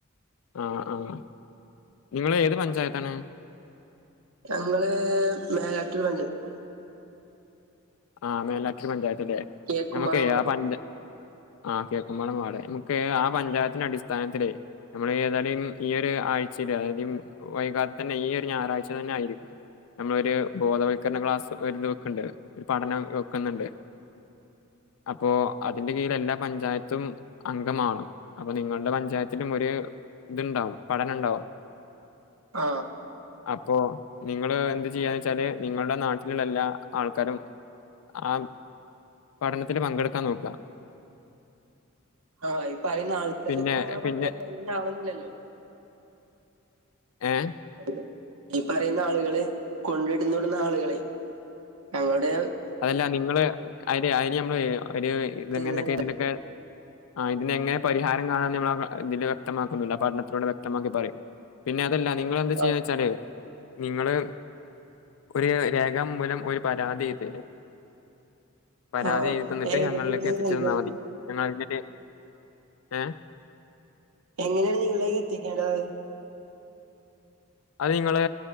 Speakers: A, on the left (about 70°); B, on the right (about 80°).
A: ആഹ് ആഹ് നിങ്ങള് ഏത് പഞ്ചായത്താണ്?
B: ഞങ്ങള് മേലാറ്റൂർ പഞ്ചായത്ത്
A: ആ മേലാറ്റുര് പഞ്ചായത്ത്ലേ
B: കേക്കുംപാടം
A: ഞമ്മക്കേ
B: വാർഡ്.
A: ആ പഞ്ച ആഹ് കേക്കുമ്പാടം വാഡ് ഞമ്മക്ക്, ആ പഞ്ചായത്തിനടിസ്ഥാനത്തിലേ നമ്മള് ഏതായാലും ഈയൊര്, ആഴ്ചയില് അതായത് ഈ വൈകാതെ തന്നെ ഈ ഒര് ഞായറാഴ്ച തന്നായിരിക്കും നമ്മളൊരു ബോധവൽക്കരണ ക്ലാസ്സ് ഒര്ത് വെക്ക്ണ്ടത് ഒരു പഠനം വെക്കുന്നുണ്ട് അപ്പോ അതിന്റെ കീഴിലെല്ലാ പഞ്ചായത്തും അംഗമാവണം അപ്പൊ നിങ്ങളുടെ പഞ്ചായത്തിലുമൊര്, ഇത്ണ്ടാവും പഠനണ്ടാവും
B: ആ
A: അപ്പോ നിങ്ങള് എന്ത് ചെയ്യാന്ന് വെച്ചാല് നിങ്ങളുടെ നാട്ടിലുള്ള എല്ലാ ആൾക്കാരും ആ പഠനത്തിൽ പങ്കെടുക്കാൻ നോക്കുക
B: ആ ഈ പറയുന്ന ആൾക്കാർ
A: പിന്നെ
B: ഇപ്പ ഞങ്ങളെ
A: പിന്നെ
B: പഞ്ചായത്താവണുന്നില്ലല്ലോ?
A: ഏഹ്
B: അത ഈ പറയുന്ന ആളുകള് കൊണ്ടിടുന്നിടുന്ന ആളുകളെ ഞങ്ങളുടെ
A: അതല്ല നിങ്ങള് അ അതിന് നമ്മള് ഒരു
B: സ്ഥലത്ത്
A: ഇതെങ്ങനൊക്കെ
B: നിന്ന്
A: ഇതിനൊക്കെ ആ് ഇതിനന് എങ്ങനെ പരിഹാരം കാണാന്ന് നമ്മള ഇതില് വ്യക്തമാക്കുന്നുണ്ട് പഠനത്തിലനൂടെ വ്യക്തമാക്കി പറയും പിന്നെ അതല്ല നിങ്ങെന്ത് ചെയ്യ
B: ആഹ്
A: വെച്ചാല് നിങ്ങള് ഒരു രേഖാ മൂലം ഒരു പരാതി തരാ പരാതി
B: ആഹ്
A: എഴുതിതന്നിട്ട്
B: എവിടെയാണ്
A: ഞങ്ങളിലേക്ക് എത്തിച്ചതാൽ മതി ഞങ്ങൾ <unintelligible> എ
B: <inaudible> എങ്ങനെയാണ് നിങ്ങളേക്ക് എത്തിക്കേണ്ടത്
A: അത് നിങ്ങള്